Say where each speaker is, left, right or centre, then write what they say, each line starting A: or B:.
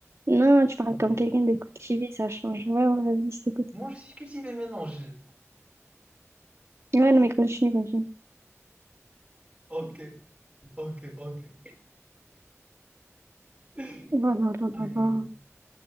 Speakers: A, on the right; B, on the right.
A: Non, tu parles
B: Tu m'as
A: comme
B: fait rire.
A: quelqu'un de cultivé, ça change. Ouais, ouais, vas-y, je t'écoute.
B: Moi, je suis cultivé maintenant. je-
A: Ouais, non, mais continue, continue.
B: Ok, ok, ok. <laughs> Aïe,
A: Oh là là là
B: aïe,
A: là.
B: aïe.